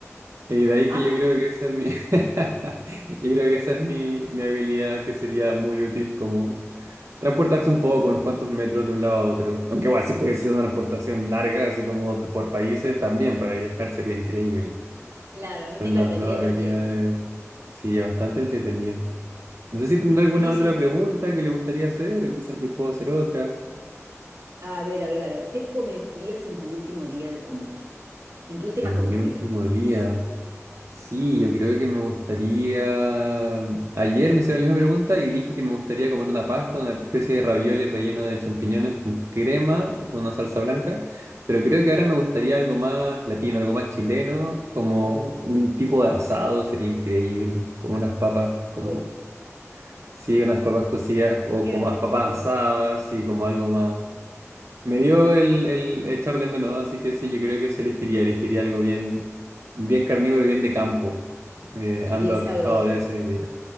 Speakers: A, on the right; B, on the right.
A: Y de ahí
B: Ah,
A: que yo creo que esa es mi, <laughs> yo creo que esa es mi, mi habilidad que sería muy útil como Transportarse un poco, unos cuantos metros de un lado a otro. Aunque igual si pudiese ser una transportación larga, así como por países, también para viajar sería increíble.
B: claro, a mí
A: Son
B: me encantaría
A: las dos habilidades.
B: también, ¿ah?
A: Sí, bastante entretenido. No sé si tendrá
B: Sí,
A: alguna otra
B: sí, sí.
A: pregunta que le gustaría hacer o quizás yo puedo hacer otra.
B: A ver, a ver, a ver, ¿qué comerías en tu último día de comida? En tu última
A: En
B: comida.
A: mi último día. Sí, yo creo que me gustaría. Ayer me hicieron la misma pregunta y dije que me gustaría comer una pasta, una especie de ravioles relleno de champiñones con crema, con una salsa blanca. Pero creo que ahora me gustaría algo más latino, algo más chileno, como un tipo de asado sería increíble, como unas papas, como
B: Ay,
A: sí, unas papas cocidas o
B: qué
A: como las
B: rico.
A: papas asadas, y como algo más. Me dio el, el echar de menos, así que sí, yo creo que eso elegiría. Elegiría algo bien, bien carnívoro, bien de campo. Eh,
B: Bien
A: ando antojado
B: sabroso.
A: de eso hoy día.